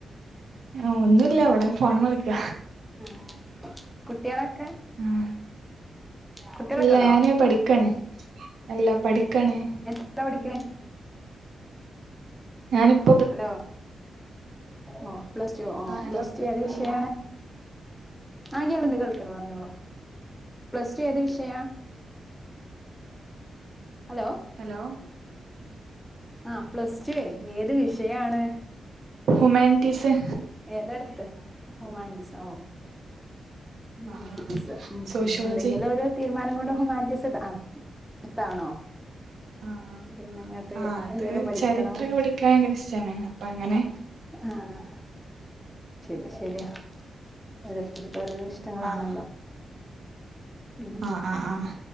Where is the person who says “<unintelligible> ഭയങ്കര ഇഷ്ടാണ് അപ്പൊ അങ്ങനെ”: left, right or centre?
Right